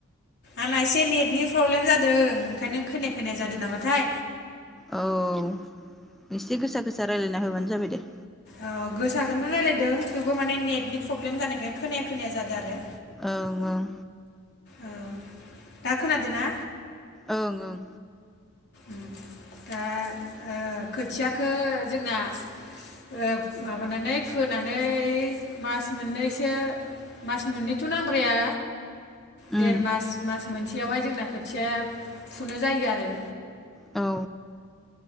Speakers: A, on the left (about 50°); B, in the centre.
A: आंना एसे नेटनि प्रब्लेम जादों ओंखायनो खोनाया खोनाया जादों नामाथाय
B: औ एसे गोसा गोसा रायज्लायना होबानो जाबाय दे।
A: ओ गोसाखोनो रायज्लायदों थेवबो माने नेटनि प्रब्लेम जानायखाय खोनाया खोनाया जादों आरो।
B: ओं ओं
A: औ दा खोनादों ना?
B: ओं ओं
A: ओम दा ओ खोथियाखौ जोंना ओ माबानानै फोनानै मास मोननैसो मास मोननैथ' नांद्राया देर
B: ओं उम
A: मास मास मोनसेयावहाय जोंना खोथियाया फुनो जायो आरो।
B: औ